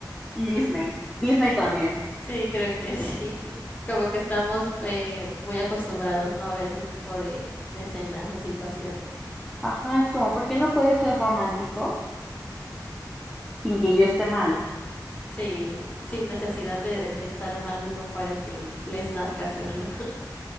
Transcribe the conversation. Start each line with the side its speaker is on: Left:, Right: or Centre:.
Centre: y Disney. Disney también.
Left: Sí, creo que sí. <laughs> Como que estamos eh, muy acostumbrados, ¿no? A ver ese tipo de, de escenas o situaciones.
Centre: Ajá, es como, ¿por qué no puede ser romántico sin que yo esté mal?
Left: Sí, sin necesidad de, de estar mal uno para que l- les nazca hacerlo. <laughs>